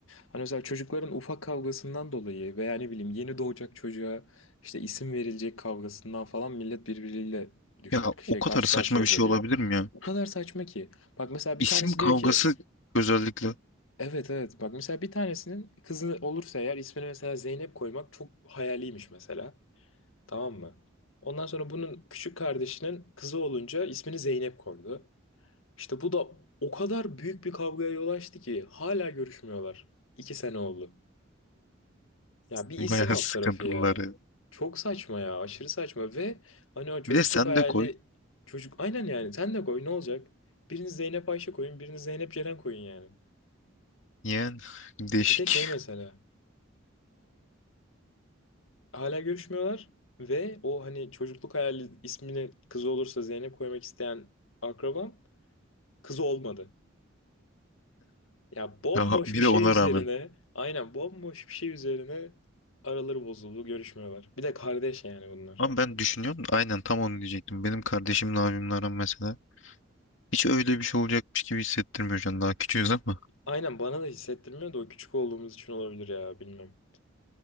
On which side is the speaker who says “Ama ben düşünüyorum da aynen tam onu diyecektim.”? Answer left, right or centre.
Left